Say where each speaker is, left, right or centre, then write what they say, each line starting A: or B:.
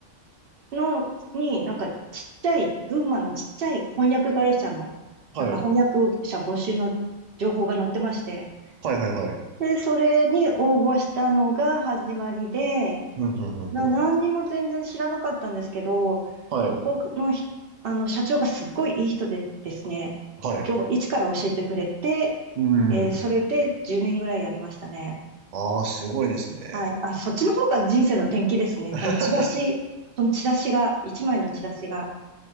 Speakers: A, on the right; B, on the right.
A: う <laughs> のに、なんかちっちゃい、群馬のちっちゃい翻訳会社の、
B: はい、
A: なんか翻訳者募集の情報が載ってまして、
B: はい、はい、はい、はい、
A: で、それに応募したのが始まりで、
B: うん、うん、うん、
A: な、
B: うん
A: 何にも全然知らなかったんですけど、
B: はい、
A: そこのひ、あの、社長がすっごいいい人でですね、
B: はい、う
A: 今日、一から教えてくれて、
B: ーん。
A: えーそれで10年ぐらいやりましたね。
B: ああ、すごいですね。
A: はい。あ、そっちの方が人生の転機ですね。
B: <laughs>
A: そのチラシ、そのチラシが、一枚のチラシが。